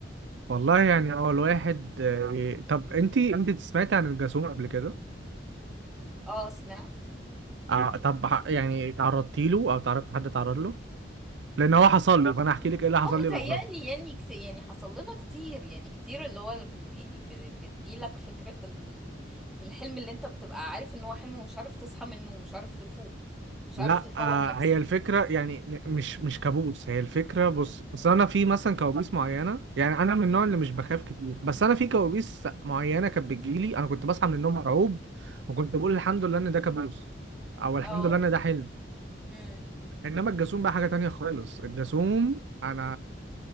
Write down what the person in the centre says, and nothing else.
اه سمعت
اه
متهيألي
يعني كت... يعني حصل لنا كتير يعني كتير اللي هو الم- يعني ب... بتجيلك فكرة ال... الحلم اللي انت بتبقى عارف ان هو حلم ومش عارف تصحى منه ومش عارف تفوق مش
عارف تفوق
نفسك
مم.
اه
امم